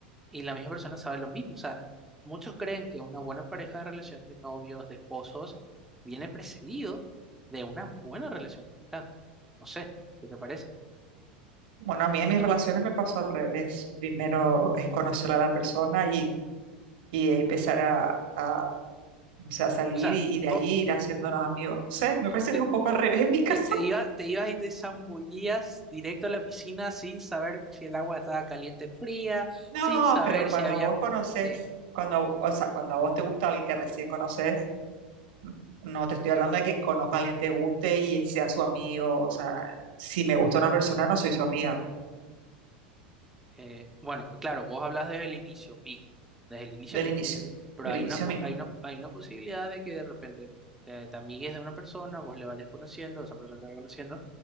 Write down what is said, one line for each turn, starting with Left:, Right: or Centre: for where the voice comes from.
Centre: y la misma persona sabe lo mismo, o sea, muchos creen que una buena pareja de relación de novios, de esposos, viene precedido de una buena relación de amistad, no sé, ¿qué te parece?
Right: Bueno, a mí en mis relaciones me pasó al revés. Primero es conocer a la persona y, y empezar a, a, no sé, a salir
Centre: O sea,
Right: y, y de
Centre: vos
Right: ahí ir haciéndonos amigos. No sé, me parece
Centre: te,
Right: que es un poco al <laughs> revés en mi caso.
Centre: te, te iba- te ibas y te zambullías directo a la piscina sin saber si el agua estaba caliente, o fría,
Right: No,
Centre: sin saber
Right: pero cuando
Centre: si había
Right: vos conoces,
Centre: eh,
Right: cuando, o sea, cuando a vos te gusta alguien que recién conoces, n- no te estoy hablando de que conozca a alguien que te guste y sea su amigo. O sea, si me gusta una persona, no soy su amiga
Centre: Eh, bueno, claro, vos hablas desde el inicio mismo, desde el inicio
Right: del
Centre: mismo,
Right: inicio,
Centre: pero
Right: del
Centre: hay
Right: inicio
Centre: una, po-
Right: mismo.
Centre: hay una, hay una posibilidad de que de repente te, te amigues de una persona, vos le vayas conociendo, esa persona te vaya conociendo,